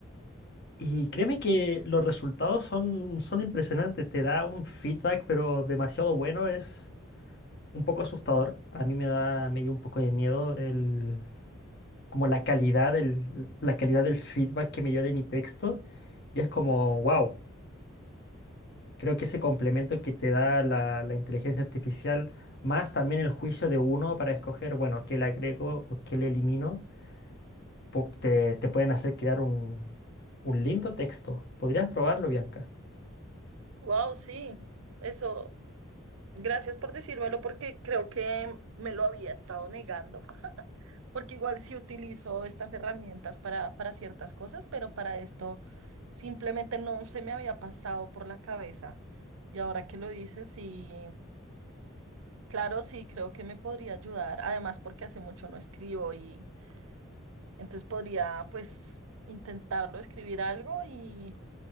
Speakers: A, on the left; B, on the right.
A: Y créeme que los resultados son, son impresionantes, te da un feedback pero demasiado bueno, es un poco asustador. A mí me da, me dio un poco de miedo el, como la calidad del, la calidad del feedback que me dio de mi texto. Y es como, wow, creo que ese complemento que te da la, la inteligencia artificial, más también el juicio de uno para escoger, bueno, qué le agrego o qué le elimino, pu- te, te pueden hacer crear un, un lindo texto. ¿Podrías probarlo, Bianca?
B: Wow, sí. Eso. Gracias por decírmelo porque creo que me lo había estado negando, porque igual sí utilizo estas herramientas para, para ciertas cosas, pero para esto simplemente no se me había pasado por la cabeza. Y ahora que lo dices, sí, claro, sí, creo que me podría ayudar, además porque hace mucho no escribo y entonces podría pues intentarlo, escribir algo y,